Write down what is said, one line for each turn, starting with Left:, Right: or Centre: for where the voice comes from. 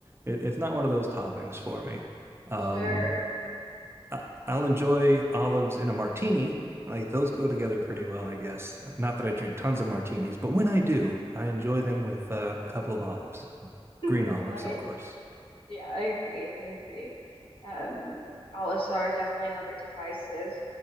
Right: It, it's not one of those toppings for me. Um,
Left: Sure.
Right: I, I'll enjoy olives in a martini. Like those go together pretty well, I guess. Not that I drink tons of martinis, but when I do, I enjoy them with uh, a couple of olives,
Left: <laughs>
Right: green olives,
Left: I
Right: of course.
Left: yeah, I agree. I agree. Um, olives are definitely another divisive